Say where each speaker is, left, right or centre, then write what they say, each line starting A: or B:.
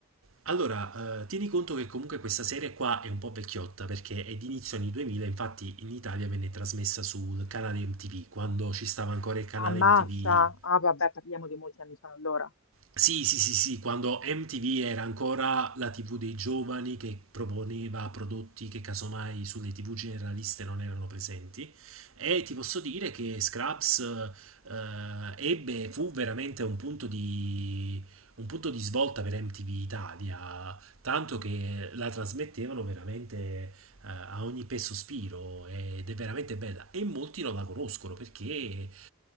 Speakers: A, on the right (about 80°); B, on the left (about 85°).
A: Allora, eh, tieni conto che comunque questa serie qua è un po' vecchiotta perché è di inizio anni 2000, infatti in Italia venne trasmessa sul canale MTV, quando ci stava ancora il canale
B: Ammazza?
A: MTV
B: Ah, vabbè, parliamo di molti anni fa allora.
A: sì, sì, sì, sì, quando MTV era ancora la TV dei giovani che proponeva prodotti che casomai sulle TV generaliste non erano presenti. E ti posso dire che Scraps eh, ebbe, fu veramente un punto di, un punto di svolta per MTV Italia, tanto che la trasmettevano veramente eh, a ogni peso sospiro ed è veramente bella. E molti non la conoscono perché eh,